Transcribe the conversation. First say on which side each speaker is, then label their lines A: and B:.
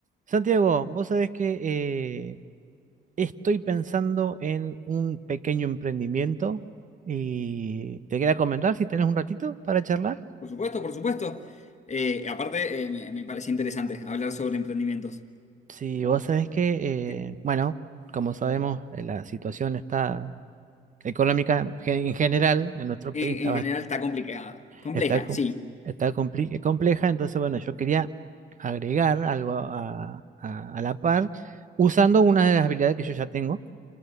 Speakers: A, on the right; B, on the left.
A: Santiago, vos sabés que eh, estoy pensando en un pequeño emprendimiento y te quería comentar si tenés un ratito para charlar.
B: Por supuesto, por supuesto. Eh, aparte, eh, me, me parece interesante hablar sobre emprendimientos.
A: Si vos sabés que,
B: En,
A: eh, bueno, como sabemos, eh, la situación está económica gen- en general en nuestro
B: en
A: país está, bast-
B: general está complicada. Compleja,
A: está, co-
B: sí.
A: está compli- compleja, entonces, bueno, yo quería agregar algo a, a a la par usando una de las habilidades que yo ya tengo